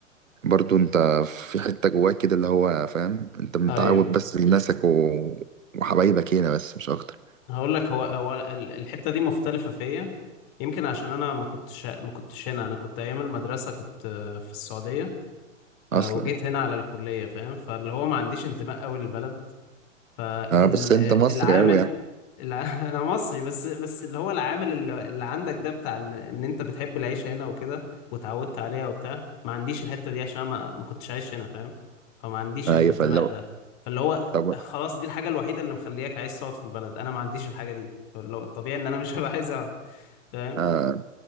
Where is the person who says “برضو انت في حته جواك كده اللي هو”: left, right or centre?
Right